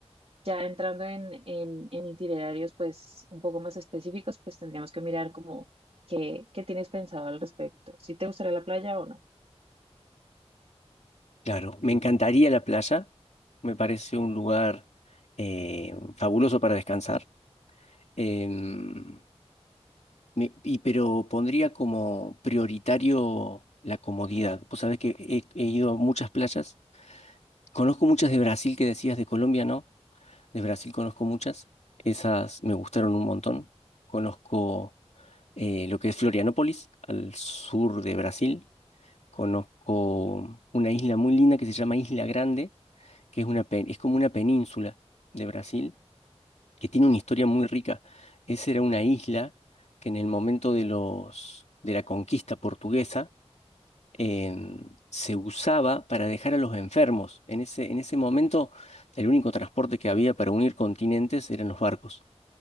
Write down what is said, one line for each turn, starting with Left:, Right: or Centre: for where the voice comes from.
Right: Ya entrando en, en, en itinerarios pues un poco más específicos, pues tendríamos que mirar como qué, qué tienes pensado al respecto, si te gustaría la playa o no.
Left: Claro, me encantaría la playa, me parece un lugar eh, fabuloso para descansar. Em, Me- y pero pondría como prioritario la comodidad. Vos sabés que he, he ido a muchas playas. Conozco muchas de Brasil que decías, de Colombia, ¿no? De Brasil conozco muchas. Esas me gustaron un montón. Conozco eh, lo que es Florianópolis, al sur de Brasil. Conozco una isla muy linda que se llama Isla Grande, que es una pen- es como una península de Brasil que tiene una historia muy rica. Esa era una isla que en el momento de los, de la conquista portuguesa em, se usaba para dejar a los enfermos. En ese, en ese momento el único transporte que había para unir continentes eran los barcos.